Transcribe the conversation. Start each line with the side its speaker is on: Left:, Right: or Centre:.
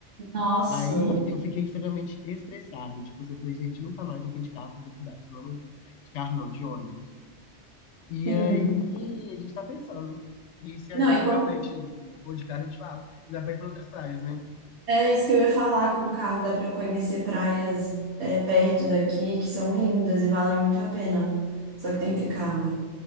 Right: Nossa,
Left: Aí eu fiquei extremamente estressado. Tipo, assim, eu falei, gente, nunca mais eu vim de carro pra essa cidade. Vamos de carro não, de ônibus. E
Right: sim.
Left: aí a gente tá pensando. E se a
Right: Não,
Left: gente
Right: e como
Left: realmente for de carro, eu te falo. E dá pra ir pra outras praias, né?
Right: É isso que eu ia falar, com o carro dá pra conhecer praias é, perto daqui que são lindas e valem muito a pena. Só que tem que ter carro, é.